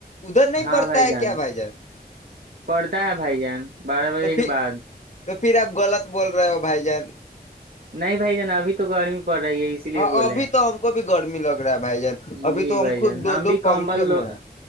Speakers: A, on the left (about 45°); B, on the right (about 65°).
A: ادھر نہیں
B: ہاں
A: پڑتا
B: بھائی
A: ہے
B: جان
A: کیا بھائی
B: پڑھتا ہے بھائی جان بارہ بجے
A: تو
B: کے
A: پھر
B: بعد
A: تو پھر آپ غلط بول رہے ہو بھائی جان
B: نہیں بھائی جا ابھی تو گرمی پڑ رہی ہے اسی لیے
A: ہاں
B: بولے
A: ابھی
B: ہیں
A: تو ہم کو بھی گرمی لگ رہا ہے بھائی جان ابھی
B: جی
A: تو
B: بھائی
A: ہم خود
B: جان
A: دو
B: ہم
A: دو
B: بھی
A: پنکھے
B: کمبلو
A: میں ہیں.